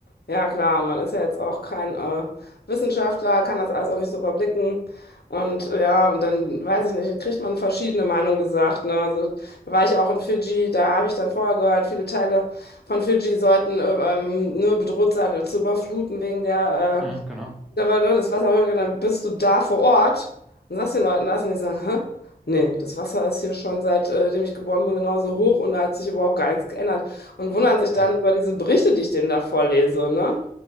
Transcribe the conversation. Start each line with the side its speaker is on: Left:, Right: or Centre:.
Left: Ja, klar, man ist ja jetzt auch kein äh, Wissenschaftler, kann das alles auch nicht so überblicken. Und äh, ja, und dann weiß ich nicht, kriegt man verschiedene Meinungen gesagt. Ne? Also, da war ich auch in Fidschi, da habe ich dann vorher gehört, viele Teile von Fidschi sollten äh, ähm, nur bedroht sein, äh, zu überfluten wegen der
Centre: Ja,
Left: äh,
Centre: genau.
Left: da war nur das Wasser hoch und dann bist du da vor Ort und sagst den Leuten das und die sagen, hä? Nee, das Wasser ist hier schon seitdem ich geboren bin genauso hoch und da hat sich überhaupt gar nichts geändert. Und wundern sich
Centre: Ja.
Left: dann über diese Berichte, die ich denen da vorlese, ne?